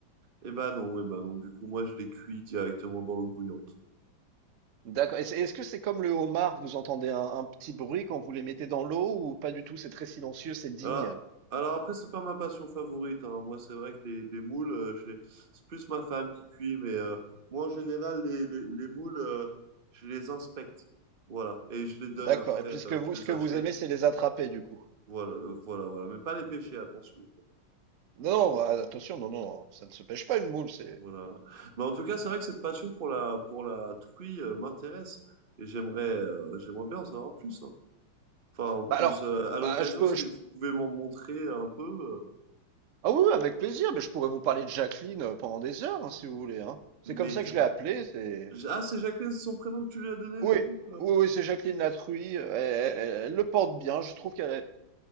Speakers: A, on the right (about 30°); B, on the right (about 65°).
A: Eh ben non, eh ben non, du coup, moi, je les cuis directement dans l'eau bouillante.
B: D'accord. Et c'est- Est-ce que c'est comme le homard, vous entendez un, un petit bruit quand vous les mettez dans l'eau ou pas du tout? C'est très silencieux, c'est digne.
A: Alors, alors après, c'est pas ma passion favorite. hein. Moi, c'est vrai que les, les moules, euh, je les- c'est plus ma femme qui cuit, mais euh, moi, en général, les, les, les moules, euh, je les inspecte. Voilà. Et je les donne
B: D'accord.
A: après,
B: Et puis ce
A: euh,
B: que vous,
A: je
B: ce
A: les
B: que
A: achète.
B: vous aimez, c'est les attraper du coup.
A: Voilà, euh, voilà, voilà. Mais pas les pêcher, attention.
B: Non, non, ah, attention, non, non, ça ne se pêche pas une moule, c'est.
A: Voilà. Mais en tout cas, c'est vrai que cette passion pour la, pour la truie, euh, m'intéresse. Et j'aimerais, euh, j'aimerais bien en savoir plus. hein. Enfin, en
B: Bah
A: plus,
B: alors,
A: euh, à
B: bah
A: l'occasion,
B: je peux,
A: si
B: je-
A: vous pouvez m'en montrer un peu. euh,
B: ah oui, oui, avec plaisir, mais je pourrais vous parler de Jacqueline euh, pendant des heures, hein, si vous voulez, hein. C'est
A: mais
B: comme ça
A: t-
B: que je
A: bah,
B: l'ai appelée, c'est.
A: J- Ah, c'est Jacqueline, c'est son prénom que tu lui as donné
B: Oui,
A: du coup? euh.
B: oui, oui, c'est Jacqueline Latruy. euh, Elle, elle- elle le porte bien, je trouve qu'elle, est-